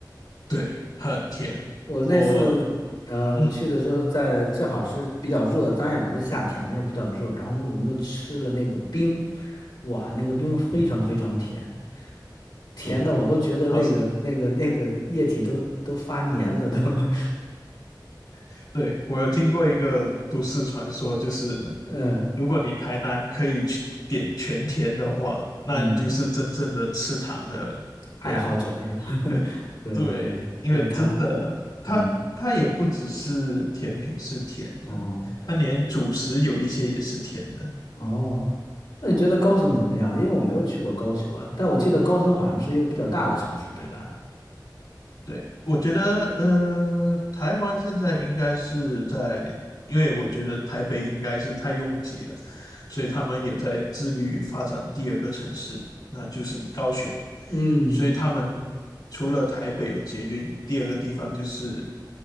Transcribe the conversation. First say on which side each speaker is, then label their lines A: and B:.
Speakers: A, on the left (about 65°); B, on the left (about 85°).
A: 对，很甜，
B: 我那次，
A: 我，
B: 呃，
A: 嗯，
B: 我去的时候在正好是比较热，当然也不是夏天，那时候比较热，然后我们就吃了那个冰，哇，那个冰非常非常甜，甜的我都觉得那个那个那个液体都都发黏了都，
A: 好像，
B: <laughs>
A: <laughs> 对，我有听过一个都市传说，就是
B: 嗯
A: 如果你台南可以去点全甜的话，那你就是真正的吃糖的人。
B: 嗯，爱好者是吧？<laughs>
A: <laughs>
B: 对对对，
A: 对，因为真的，
B: 我台南，
A: 它它也不只是甜品是甜的，
B: 嗯哦。
A: 它连主食有一些也是甜的。
B: 哦，那你觉得高雄怎么样？因为我没有去过高雄啊，但我记得高雄好像是一个比较大的城市，对吧？
A: 对，我觉得，呃，台湾现在应该是在，因为我觉得台北应该是太拥挤了，所以他们也在致力于发展第二个城市，那就是高雄。
B: 嗯，
A: 所以他们除了台北有捷运，第二个地方就是